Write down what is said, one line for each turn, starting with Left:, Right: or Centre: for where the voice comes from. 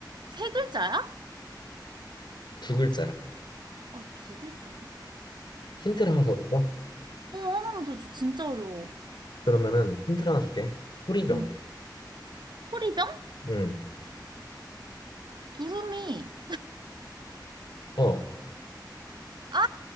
Right: 세 글자야?
Left: 두 글자야.
Right: 아, 두 글자야?
Left: 힌트를 하나 더 줄까?
Right: 어, 하나만 더 줘. 진짜 어려워.
Left: 그러면은 힌트를 하나 줄게. 호리병.
Right: 응. 호리병?
Left: 음,
Right: 두루미.
Left: 어,
Right: 아,